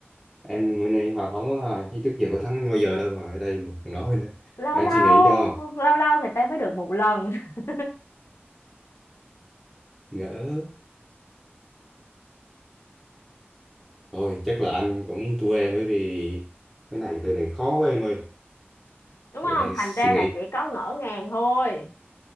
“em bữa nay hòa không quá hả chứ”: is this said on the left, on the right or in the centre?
Centre